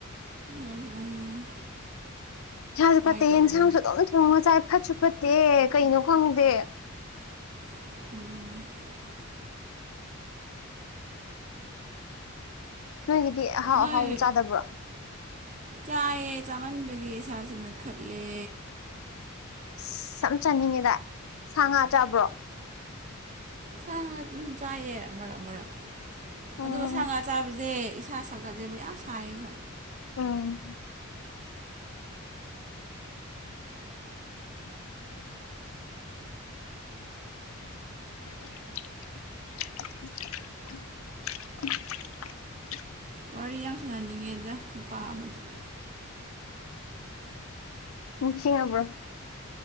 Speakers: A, on the right; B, on the left.
A: ꯎꯝ
B: ꯌꯥꯝꯁꯨ
A: ꯀꯃꯥꯏꯅ
B: ꯐꯠꯇꯦ
A: ꯇꯧꯕ꯭ꯔꯥ
B: ꯌꯦꯟꯁꯥꯡꯁꯨ ꯑꯗꯨꯝ ꯊꯣꯡꯉ ꯆꯥꯏ ꯐꯠꯁꯨ ꯐꯠꯇꯦ ꯀꯩꯅꯣ ꯈꯪꯗꯦ
A: ꯎꯝ
B: ꯅꯣꯏꯒꯤꯗꯤ ꯑꯍꯥꯎ
A: ꯅꯣꯏ
B: ꯑꯍꯥꯎꯕ ꯆꯥꯗꯕ꯭ꯔꯣ
A: ꯆꯥꯌꯦ ꯆꯥꯃꯟꯕꯒꯤ ꯏꯁꯥꯁꯦ ꯅꯣꯏꯈꯠꯂꯦ
B: ꯑꯁ ꯌꯥꯝ ꯆꯥꯅꯤꯡꯉꯤꯗ ꯁꯥ ꯉꯥ ꯆꯥꯕ꯭ꯔꯣ
A: ꯁꯥ ꯉꯥ ꯑꯗꯨꯝ ꯆꯥꯏꯌꯦ ꯃꯔꯛ ꯃꯔꯛ
B: ꯎꯝ
A: ꯑꯗꯨꯒ ꯁꯥ ꯉꯥ ꯆꯥꯕꯁꯦ ꯏꯁꯥ ꯁꯥꯒꯠꯂꯦꯕ ꯌꯥꯝ ꯁꯥꯏꯕ
B: ꯎꯝ <unintelligible>
A: ꯋꯥꯔꯤ ꯌꯥꯝ ꯁꯥꯟꯅꯅꯤꯡꯉꯦꯗ ꯅꯨꯄꯥ ꯑꯃꯗꯨ
B: ꯅꯤꯡꯁꯤꯡꯉꯕ꯭ꯔꯣ